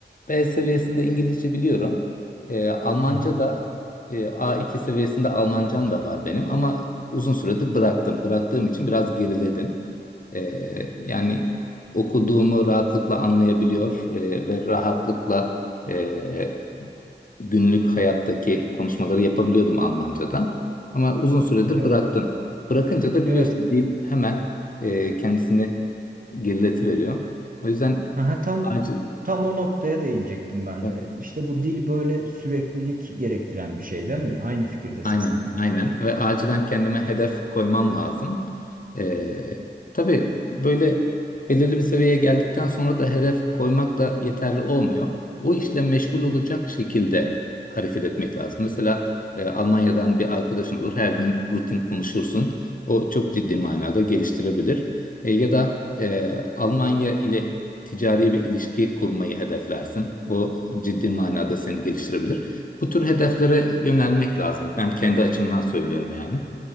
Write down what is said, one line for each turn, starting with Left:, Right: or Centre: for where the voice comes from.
Left: B seviyesinde İngilizce biliyorum. E, Almanca
Right: Hı hı.
Left: da e, A2 seviyesinde Almancam da var benim ama uzun süredir bıraktım. Bıraktığım için biraz geriledim. E, yani okuduğumu rahatlıkla anlayabiliyor e, ve rahatlıkla e, günlük hayattaki konuşmaları yapabiliyordum Almanca'da. Ama uzun süredir
Right: E-
Left: bıraktım. Bırakınca da biliyorsun
Right: Evet,
Left: dil hemen e, kendisini gerileti veriyor. O yüzden
Right: Aha, tam
Left: acil,
Right: tam o noktaya değinecektim ben
Left: e,
Right: de. İşte bu dil böyle süreklilik gerektiren bir şey değil mi? Aynı fikirdesin
Left: Aynen,
Right: sen de.
Left: aynen ve acilen kendime hedef koymam lazım. Ee, tabii böyle belirli bir seviyeye geldikten sonra da hedef koymak da yeterli olmuyor. O işle meşgul olacak şekilde hareket etmek lazım. Mesela e, Almanya'dan bir arkadaşın olur, her gün rutin konuşursun. O çok ciddi manada geliştirebilir. E, ya da e, Almanya ile ticari bir ilişki kurmayı hedeflersin. O ciddi manada seni geliştirebilir. Bu tür hedeflere yönelmek lazım. Ben kendi açımdan söylüyorum yani.